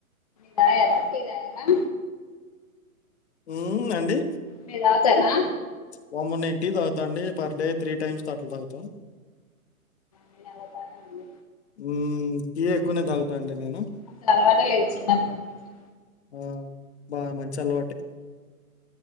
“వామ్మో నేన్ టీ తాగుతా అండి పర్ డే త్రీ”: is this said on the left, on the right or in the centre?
Left